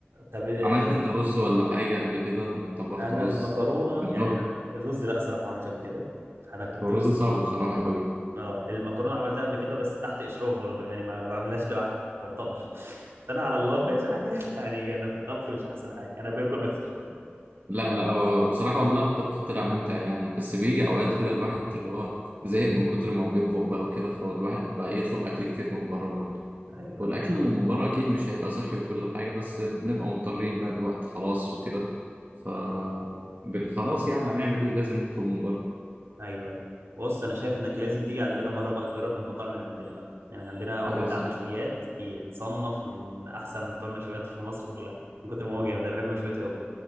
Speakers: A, on the right (about 75°); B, on the right (about 45°).
A: طب آه،
B: عملت انت رز ولا حاجه قبل كده طبخت
A: انا
B: رز
A: المكرونه
B: الرز
A: يعني انا الرز لا الصراحه ما عملتش قبل كده انا كنت
B: هو الرز
A: بص
B: صعب بصراحه قوي
A: اه المكرونه عملتها قبل كده بس تحت اشراف برضو يعني ما بعملهاش لوحدي يعتبر <laughs> فانا على الله بقيت الحاجات <laughs> يعني انا في الطبخ مش احسن حاجه انا باكل اكتر
B: لا لا هو بصراحة والله الطبخ طلع ممتع يعني بس بيجي أوقات كده الواحد اللي هو زهق من كتر ما هو بيطبخ بقى وكده فالواحد بقى يطلب أكل كتير من بره برضه
A: ايوه
B: والأكل
A: ايوه الموضوع
B: اللي من
A: ده.
B: بره أكيد مش هيبقى صحي وكل حاجة بس بنبقى مضطرين بقى دلوقتي خلاص وكده ف
A: مم،
B: بن- خلاص
A: بالظبط
B: يعني هنعمل إيه لازم نطلب من بره
A: ايوه ايوه بص انا شايف انك لازم تيجي عندنا مره بقى تجرب المطاعم اللي عندنا بقى يعني عندنا واحد
B: خلاص
A: بتاع مشويات
B: يعني
A: يتصنف من احسن بتوع المشويات في مصر كلها من كتر ما هو جامد انا بحب مشوياته قوي